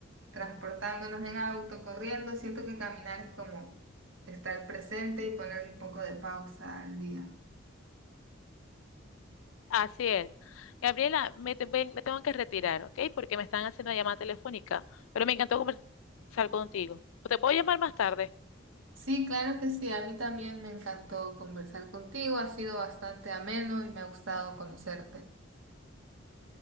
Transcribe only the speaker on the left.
Así es. Gabriela, me, te- ven- me tengo que retirar, ¿ok? Porque me están haciendo una llamada telefónica. Pero me encantó conversar contigo. ¿Te puedo llamar más tarde?